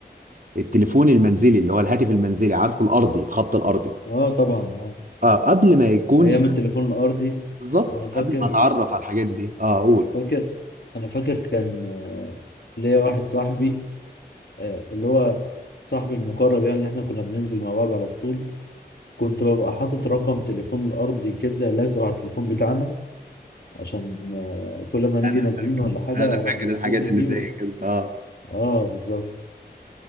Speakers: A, on the right (about 55°); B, on the left (about 75°).
A: التليفون المنزلي اللي هو الهاتف المنزلي عارفه الارضي الخط الارضي
B: اه طبعا اه
A: اه قبل ما يكون
B: ايام
A: يعني
B: التليفون الارضي
A: بالظبط
B: انا فاكر
A: قبل ما اتعرف على الحاجات دي اه قول
B: فاكر انا فاكر كان ليا واحد صاحبي آه، اللي هو صاحبي المقرب يعني اللي احنا كنا بننزل مع بعض على طول كنت ببقى حاطط رقم تليفون الارضي كده لازقه على التليفون بتاعنا عشان آه، كل ما نيجي
A: انا
B: نازلين
A: فاكر
B: ولا حاجة
A: انا فاكر
B: راح نتصل
A: الحاجات اللي
B: بيه
A: زي
B: و...
A: كده اه
B: اه بالظبط